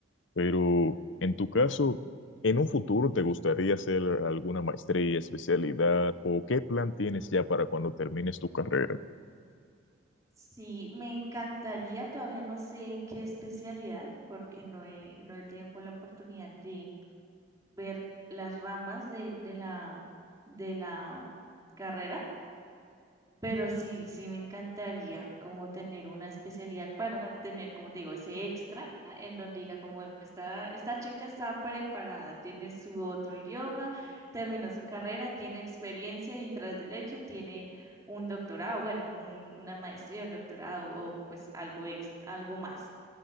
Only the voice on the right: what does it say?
Sí, me encantaría, todavía no sé qué especialidad, porque no he, no he tenido con la oportunidad de ver las ramas de, de la, de la carrera. Pero sí, sí me encantaría como tener una especialidad para tener, como te digo, ese extra en donde diga como esta, esta chica está preparada, tiene su otro idioma, terminó su carrera, tiene experiencia y tras del hecho tiene un doctorado, bueno, un- una maestría, un doctorado o pues algo ex, algo más.